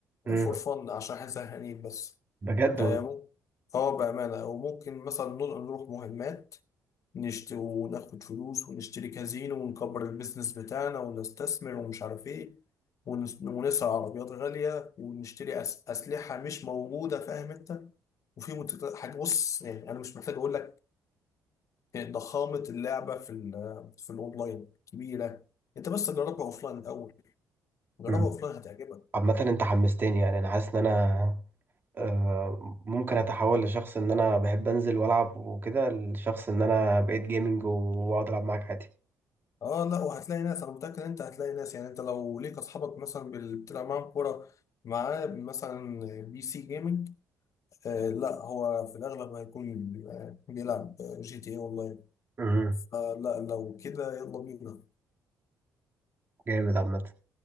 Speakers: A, on the right; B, on the left.
A: امم
B: فور فن عشان احنا زهقانين بس
A: بجد
B: آه،
A: والله
B: ممكن اه بأمانة وممكن مثلا نروح نروح مهمات نشتري وناخد فلوس ونشتري كازينو ونكبر البيزنس بتاعنا ونستثمر ومش عارف ايه ونس- ونسعى عربيات غالية ونشتري أس- أسلحة مش موجودة فاهم انت وفي مت- حاجة بص يعني أنا مش محتاج أقول لك ضخامة اللعبة في ال- في الأونلاين كبيرة أنت بس جربها أوفلاين الأول جربها
A: مم.
B: أوفلاين هتعجبك
A: عامة انت حمستني يعني انا حاسس ان انا آه، ممكن اتحول لشخص ان انا بحب انزل والعب وكده لشخص ان انا بقيت جيمنج واقعد العب معاك عادي
B: اه لا وهتلاقي ناس انا متاكد ان انت هتلاقي ناس يعني انت لو ليك اصحابك مثلا بال- بتلعب معاهم كوره معاه مثلا بي سي جيمنج آه لا هو في الاغلب هيكون آه، بيلعب جي تي اي اونلاين
A: امم
B: فلا لو كده يلا بينا
A: جامد عامة